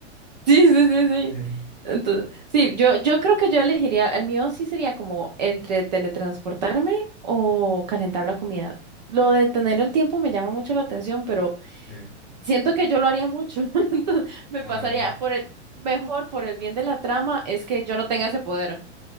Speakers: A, on the right; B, in the centre.
A: Sí, sí, sí, sí.
B: <laughs>
A: Entonces, sí, yo, yo creo que yo elegiría, el mío sí sería como entre teletransportarme o calentar la comida. Lo de tener el tiempo me llama mucho la atención, pero
B: Sí.
A: Siento que yo lo haría mucho, <laughs> entonces me
B: Ah,
A: pasaría por el, mejor por el bien de la trama es que yo no tenga ese poder.